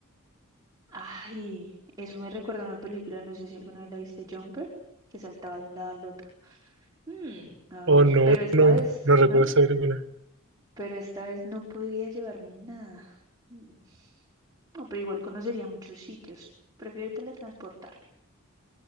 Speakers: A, on the right; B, on the right.
A: Ay, eso me recuerda a una película, no sé si alguna vez la viste, Jumper, que saltaba de un lado al otro. Mm, a
B: O
A: ver,
B: no,
A: pero esta
B: no
A: vez,
B: no recuerdo
A: ¿no?
B: esa película.
A: Pero esta vez no podría llevarme nada. Mm. No, pero igual conocería muchos sitios. Prefiero teletransportarme.